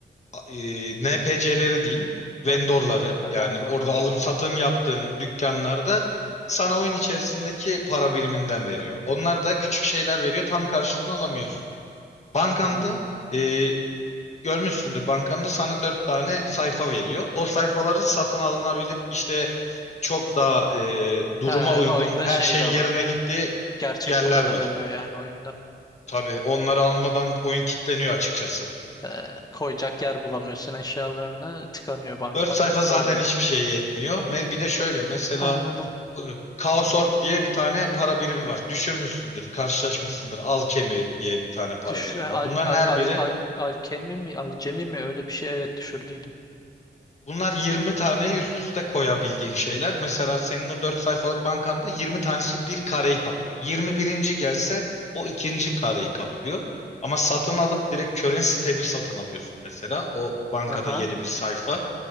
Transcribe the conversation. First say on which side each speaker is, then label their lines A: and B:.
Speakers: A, on the left; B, on the left.
A: e, NPC'leri diyeyim, vendorları
B: Hı hı. Ha,
A: yani
B: Vendorlar.
A: orada alım satım yaptığın dükkanlarda sana oyun içerisindeki para biriminden veriyor. Onlar da küçük şeyler veriyor, tam karşılığını alamıyorsun.
B: Hmm.
A: Bankanda e, görmüşsündür bankanda sana dört tane sayfa veriyor. O sayfaları satın alınabilip işte çok daha e, duruma
B: He,
A: uygun
B: oyunda
A: her
B: şey
A: şeyin
B: de
A: yerine
B: var.
A: gittiği
B: Gerçek
A: yerler
B: para
A: var.
B: da dönüyor yani oyunda.
A: Tabii onları almadan oyun kilitleniyor açıkçası.
B: He, koyacak yer bulamıyorsun eşyalarını. Tıkanıyor bankan.
A: 4 sayfa zaten
B: Doluyor.
A: hiçbir şey yetmiyor. Me- Bir de şöyle mesela
B: Anladım.
A: e, Kaosorb diye bir tane para birimi var. Düşürmüşsündür, karşılaşmışsındır. Alkemi diye bir tane para
B: Düş,
A: birimi
B: e, al,
A: var. Bunların
B: al,
A: her
B: al,
A: biri
B: al, alkemi mi? Alcemi mi? Öyle bir şey evet düşürdüydüm.
A: bunlar 20 taneyi üst üste koyabildiğin şeyler. Mesela senin o 4 sayfalık bankanda 20 tanesi bir kareyi kaplıyor. Yirmi birinci gelse o ikinci kareyi kaplıyor. Ama satın alıp direkt currency tab'i satın alıyorsun mesela. O bankada
B: Aha.
A: yeni bir sayfa.